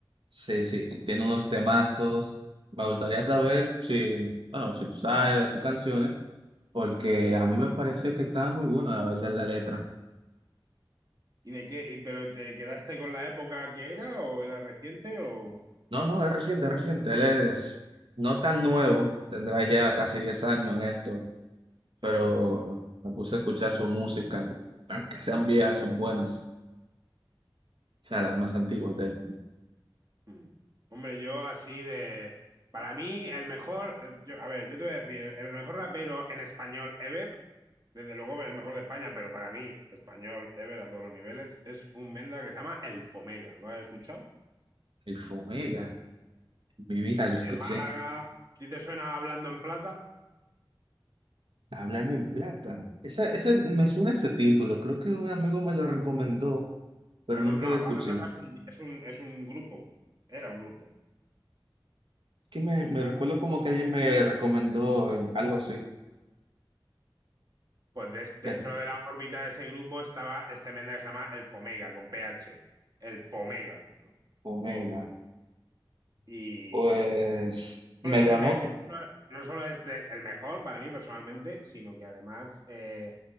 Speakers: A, on the right (about 75°); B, on the right (about 50°).
A: Sí, sí, tiene unos temazos. Me gustaría saber si, bueno, si tú sabes de sus canciones, porque a mí me parece que está muy buena la verdad la letra.
B: ¿Y de qué? y- ¿Pero te quedaste con la época que era o era reciente o...?
A: No, no, es reciente, es reciente. Él es no tan nuevo, tendrá ya casi 10 años en esto
B: Sí.
A: pero me puse a escuchar su música, aunque sean viejas, son buenas, o sea, las más antiguas de él.
B: Mm. Hombre, yo así de... Para mí, el mejor... el- Yo, a ver, yo te voy a decir, el mejor rapero en español ever Desde luego el mejor de España, pero para mí, español, Ever a todos los niveles, es un Menda que se llama El Fomega. ¿Lo has escuchado?
A: El Fomega, en mi vida lo
B: Si
A: escuché.
B: de Málaga, si te suena Hablando en Plata,
A: háblame en plata. Esa, esa, me suena ese título, creo que un amigo me lo recomendó, pero
B: Hablando-
A: nunca
B: no,
A: lo
B: Hablando
A: escuché.
B: en Plata es un, es un, es un grupo, era un grupo.
A: Que me, me recuerdo como que alguien me recomendó en- algo así,
B: Pues des- dentro
A: de
B: de la órbita de ese grupo estaba este Menda que se llama El Fomega, con PH, El Pomega,
A: Fomega.
B: todo junto. Y,
A: Pues
B: y ese
A: me
B: solo es
A: lo
B: el
A: anoto.
B: me- no no solo es del- el mejor para mí personalmente, sino que además eh,